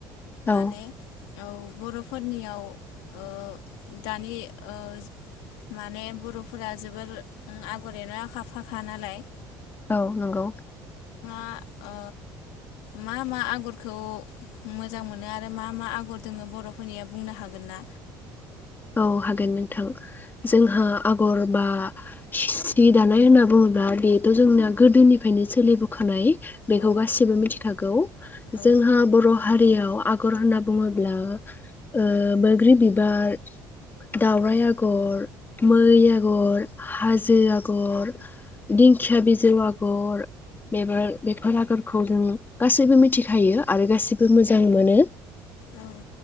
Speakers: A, on the left (about 20°); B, on the left (about 80°).
A: औ
B: माने औ बरफोरनियाव ओ दानि ओ माने बरफोरा जोबोर आगर एरनाया आखा फाखा नालाय
A: औ नंगौ
B: आ‌ अ मा मा आगरखौ मोजां मोनो आरो मा मा आगर दोङो बरफोरनिया बुंनो हागोन ना।
A: औ हागोन नोंथां जोंहा आगर बा सि दानाय होनना बुङोब्ला बेबो जोंनाया गोदोनिफ्रायनो सोलिबोखानाय। बेखौ
B: औ
A: गासिबो मिथिखागौ
B: औ
A: जोंहा बर हारि बेयाव आगर होनना बुङोब्ला ओ बैग्रि बिबार दावराइ
B: औ
A: आगर मै आगर हाजो आगर दिंखिया बिजौ आगर बेबोर बेफोर आगरखौ जों गासैबो मिथिखायो आरो गासैबो मोजां मोनो।
B: औ